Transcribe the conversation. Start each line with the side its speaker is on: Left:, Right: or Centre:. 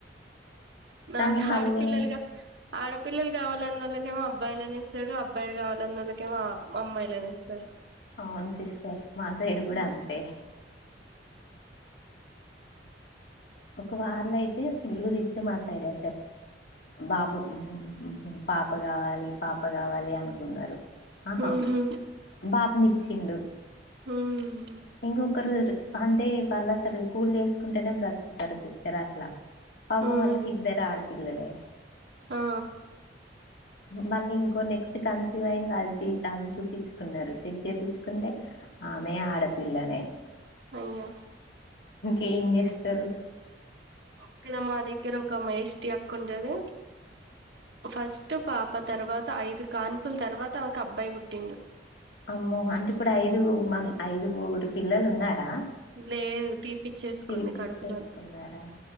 Right: మాకు
Left: కానీ మళ్ళీ
Right: ఆడపిల్లలుగా ఆడపిల్లలు కావాలన్నల్లకి ఏమో అబ్బాయిలనే ఇస్తాడు అబ్బాయిలు కావల్ల అన్నల్లకేమో అమ్మాయిలుని ఇస్తాడు
Left: అవును సిస్టర్ మా సైడు కూడా
Right: ఉమ్
Left: అంతే ఒక్క వార్లో అయితే ఫుల్లూ రిచ్ మా సైడ్ అ బాబు మ్మ్ ఉహు పాప కావాలి పాప కావాలి అని ఆహా
Right: ఉహు
Left: బాబునిచ్చిండు
Right: హ్మ్
Left: ఇంకొకరు అంటే వాళ్ళు అసలు కూళ్ చేసుకుంటేనే బ్రతుకుతారు సిస్టర్ అట్లా పపం
Right: ఉమ్
Left: వాళ్లకి ఇద్దరు ఆడపిల్లలే
Right: ఆ ఆ
Left: మళ్ళీ ఇంకో నెక్స్ట్ కాన్సివ్ అయింది అది అది చూపించుకున్నారు చెక్ చేపించుకుంటే ఆమె ఆడపిల్లనే
Right: అవున
Left: ఇంకేం చేస్తారు
Right: అక్కడ మా దగ్గర ఒక ఆమె ఏస్టి అక్క ఉంటాది ఫస్ట్ పాప తర్వాత ఐదు కాన్పుల తర్వాత ఒక అబ్బాయి పుట్టిండు
Left: అమ్మో అంటే ఇప్పుడు ఐదు మంద్ ఐదుగురు పిల్లలు ఉన్నారా
Right: లేదు తీపిచ్చేసుకుంది
Left: తీపిచ్చి
Right: కడుపులోనే
Left: ఏసుకున్నారా